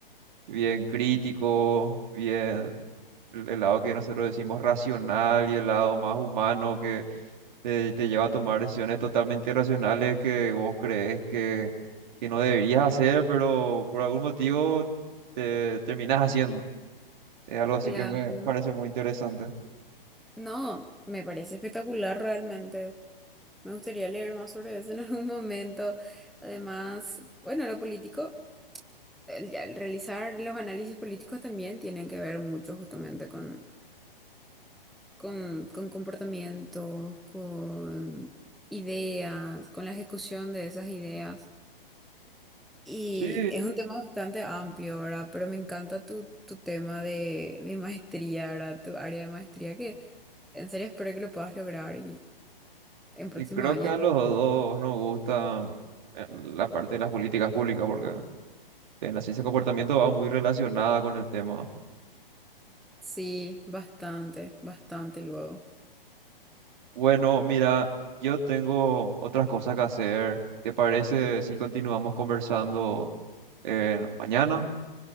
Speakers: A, on the right; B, in the centre.
A: bien crítico, bien el lado que nosotros decimos racional y el lado más humano que te, te lleva a tomar decisiones totalmente irracionales que vos crees que, que no deberías hacer, pero por algún motivo te terminas haciendo. Es algo así
B: Claro.
A: que me parece muy interesante.
B: No, me parece espectacular realmente. Me gustaría leer más sobre eso en algún momento. Además, bueno, lo político, el, ya el realizar los análisis políticos también tienen que ver mucho justamente con con, con comportamientos, con ideas, con la ejecución de esas ideas. Y
A: Sí,
B: es un tema bastante amplio, ¿verdad? Pero me encanta tu, tu tema de, de maestría, ¿verdad? Tu área de maestría, que en serio espero que lo puedas lograr y en próximo
A: y creo
B: año.
A: que a los dos nos gusta eh, la parte de las políticas públicas, porque en la ciencia de comportamiento va muy relacionada con el tema.
B: Sí, bastante, bastante luego.
A: Bueno, mira, yo tengo otras cosas que hacer. ¿Te parece si continuamos conversando eh, mañana?